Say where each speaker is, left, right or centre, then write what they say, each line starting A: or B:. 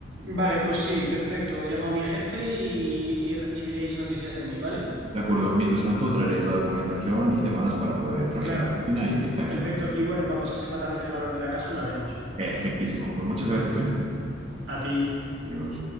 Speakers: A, on the right; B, on the right.
A: Vale, pues sí, perfecto. Llamo a mi jefe y, y recibiréis noticias de mí, ¿vale?
B: De acuerdo, mientras tanto traeré toda la documentación y demás para poder tramitar
A: Claro,
B: la nómina y que esté aquí.
A: perfecto.
B: ¿vale?
A: Y bueno, y cuando se sepa también el valor de la casa, hablaremos.
B: Perfectísimo. Pues muchas gracias, ¿eh?
A: A ti.
B: Adiós.